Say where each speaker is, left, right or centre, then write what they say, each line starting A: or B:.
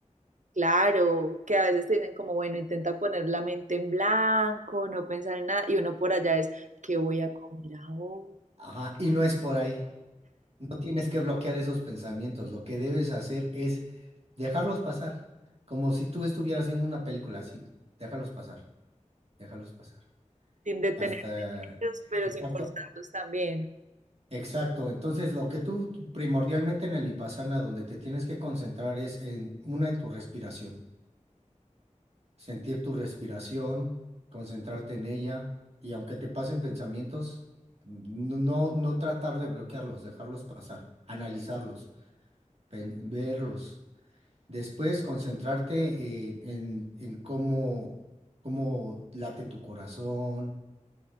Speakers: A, on the right; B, on the right.
A: claro, que a veces te dicen como, bueno, intenta poner la mente en blanco, no pensar en nada. Y uno por allá es, ¿qué voy a comer ahora?
B: Ajá, y no es por ahí. No tienes que bloquear esos pensamientos. Lo que debes hacer es dejarlos pasar. Como si tú estuvieras viendo una película así. Déjalos pasar, déjalos pasar.
A: Sin detenerte,
B: Hasta,
A: en ellos, pero
B: exacto,
A: sin forzarlos también.
B: Exacto, entonces lo que tú primordialmente en el vipassana, donde te tienes que concentrar es en una en tu respiración, sentir tu respiración, concentrarte en ella y aunque te pasen pensamientos, no, no no tratar de bloquearlos, dejarlos pasar, analizarlos, pen- verlos. Después concentrarte en, en, en cómo, cómo late tu corazón,